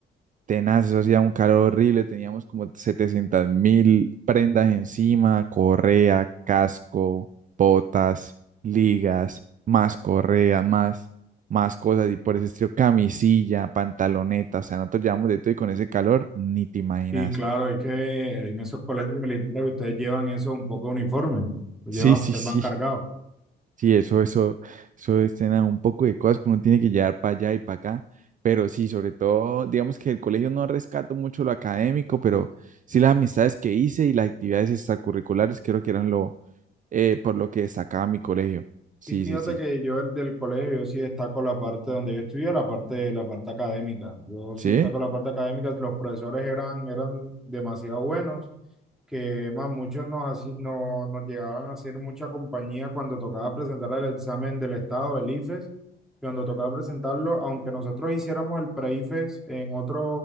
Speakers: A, on the right; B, in the centre.
A: Tenaz, eso hacía un calor horrible, teníamos como 700 mil prendas encima, correa, casco, botas, ligas, más correa, más, más cosas y por ese estilo, camisilla, pantaloneta, o sea, nosotros llevamos de todo y con ese calor, ni te imaginas.
B: Sí, claro, es que en esos colegios militares ustedes llevan eso un poco uniforme, llevan,
A: Sí, sí,
B: ustedes
A: sí.
B: van cargados.
A: Sí, eso, eso, eso es tener un poco de cosas que uno tiene que llevar para allá y para acá. Pero sí, sobre todo, digamos que el colegio no rescato mucho lo académico, pero sí las amistades que hice y las actividades extracurriculares creo que eran lo, eh, por lo que destacaba mi colegio. Sí,
B: Sí, fíjate
A: sí, sí.
B: que yo el del colegio, yo sí destaco la parte donde yo estudié, la parte, la parte académica. Yo sí
A: ¿Sí?
B: destaco la parte académica, los profesores eran, eran demasiado buenos, que más muchos nos, haci- no- nos llegaban a hacer mucha compañía cuando tocaba presentar el examen del Estado, el IFES, cuando tocaba presentarlo, aunque nosotros hiciéramos el pre-IFES en otra